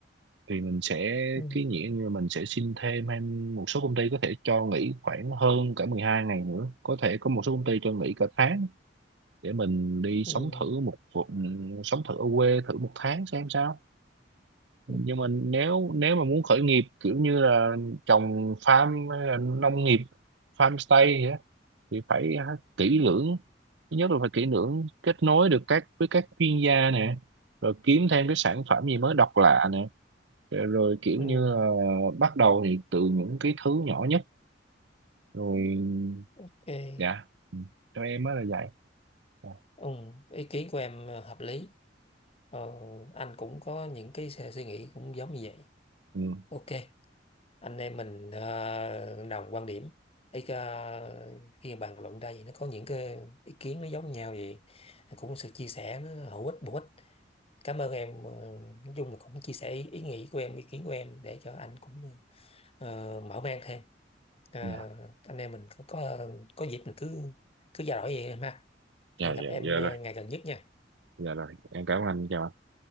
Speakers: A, on the right; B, on the left.
A: thì mình sẽ
B: ừ,
A: cái nghĩa như mình sẽ xin thêm hay một số công ty có thể cho nghỉ khoảng hơn cả 12 ngày nữa có thể có một số công ty cho nghỉ cả tháng để mình đi sống
B: ừ,
A: thử một vùng- sống thử ở quê thử một tháng xem sao nhưng
B: ừ,
A: mà nếu nếu mà muốn khởi nghiệp kiểu như là trồng farm hay là nông nghiệp farm stay gì á, thì phải à, kỹ lưỡng thứ nhất là phải kỹ lưỡng kết nối được các với các chuyên gia nè rồi kiếm thêm cái sản phẩm gì mới độc lạ nè rồi, rồi kiểu
B: ừ.
A: như là bắt đầu thì từ những cái thứ nhỏ nhất rồi
B: ok
A: dạ ừ, cho em mới là vậy dạ
B: ừ. ý kiến của em ờ, hợp lý ờ, anh cũng có những cái se- suy nghĩ cũng giống như vậy
A: ừ,
B: ok anh em mình ờ, đồng quan điểm ý ờ, khi bàn luận ra vậy nó có những cái ý kiến nó giống nhau vậy cũng sự chia sẻ nó hữu ích bổ ích cảm ơn em ờ, nói chung là cũng chia sẻ ý, ý nghĩ của em ý kiến của em để cho anh cũng ờ, mở mang thêm Ờ,
A: dạ
B: anh em mình có có, có dịp mình cứ cứ trao đổi vậy em ha
A: dạ
B: hẹn gặp
A: dạ
B: em
A: dạ
B: ờ,
A: rồi
B: ngày gần nhất nha
A: dạ rồi em cảm ơn anh chào anh